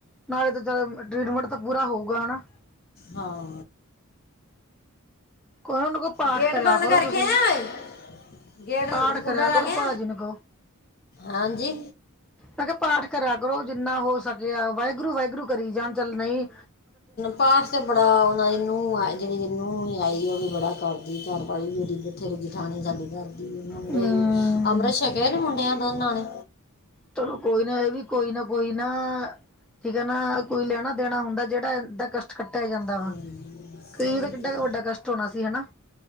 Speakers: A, in the centre; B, on the left.
A: ਨਾਲੇ ਤਾਂ ਚੱਲ ਟਰੀਟਮੈਂਟ ਤਾਂ ਪੂਰਾ ਹੋਊਗਾ ਹਨਾ।
B: ਹਾਂ
A: ਕੋਈ ਉਹਨੂੰ ਕਹੋ ਪਾਠ
B: ਗੇਟ
A: ਕਰਿਆ
B: ਬੰਦ
A: ਕਰੋ
B: ਕਰਕੇ
A: ਤੁਸੀਂ
B: ਆਇਆਂ ਓਏ? ਗੇਟ ਨ
A: ਪਾਠ
B: ਕੁੰਡਾ
A: ਕਰਿਆ
B: ਲ
A: ਕਰੋ
B: ਗਿਆ,
A: ਭਾਜੀ ਨੂੰ ਕਹੋ
B: ਹਾਂਜੀ?
A: ਮੈਂ ਕਿਹਾ ਪਾਠ ਕਰਿਆ ਕਰੋ, ਜਿੰਨਾ ਹੋ ਸਕਿਆ ਵਾਹਿਗੁਰੂ- ਵਾਹਿਗੁਰੂ ਕਰੀ ਜਾਣ ਚੱਲ ਨਹੀ
B: ਪਾਠ ਤੇ ਬੜਾ ਉਹਨਾ ਦੀ ਨੂੰਹ ਐ ਜਿਹੜੀ ਨ ਨੂੰਹ ਨ ਆਈ ਉਹ ਵੀ ਬੜਾ ਕਰਦੀ। ਘਰ ਵਾਲੀ ਵੀ ਜਦੀ ਬੱਠੇ ਜੇਠਾਣੀ ਸਾਡੇ ਘਰ ਮੁੰਡੇ
A: ਹਮ
B: ਵੀ, ਅੰਮ੍ਰਿਤ ਛਕਿਆ ਨਾ ਮੁੰਡਿਆਂ ਦੋਨਾਂ ਨੇ?
A: ਚਲੋ ਕੋਈ ਨਾ ਇਹ ਵੀ ਕੋਈ ਨਾ -ਕੋਈ ਨਾ। ਠੀਕ ਐ ਨਾ, ਕੋਈ ਲੈਣਾ ਦੇਣਾ ਹੁੰਦਾ ਜੇੜਾ ਐ ਦਕ ਕੱਟੇਆ ਜਾਂਦਾ ਵਾ,
B: ਉਹੀ
A: ਕੀ ਪਤਾ ਕਿੱਡਾ
B: ਤੇ
A: ਕ ਵੱਡਾ ਕਸ਼ਟ ਹੋਣਾ ਸੀ ਹਨਾ।